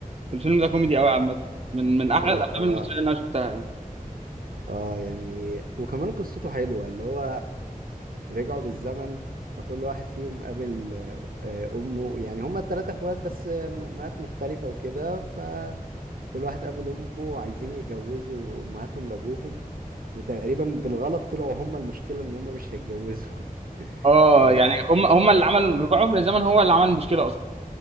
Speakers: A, on the right; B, on the right.
A: الفيلم ده كوميدي قوي عامه من من احلى
B: اه
A: الافلام المصريه اللي انا شفتها يعني
B: اه يعني وكمان قصته حلوة اللي هو رجعوا بالزمن فكل واحد فيهم قابل آه، أمه يعني هما التلاتة اخوات بس من أمهات مختلفة وكده فكل واحد قابل أمه وعايزين يتجوزوا أمهاتهم لأبوهم وتقريبا بالغلط طلعوا هما المشكلة إن هما مش هيتجوزوا
A: اه
B: <laughs>
A: يعني هم هم اللي عملوا رجوعهم للزمن هو اللي عمل المشكله اصلا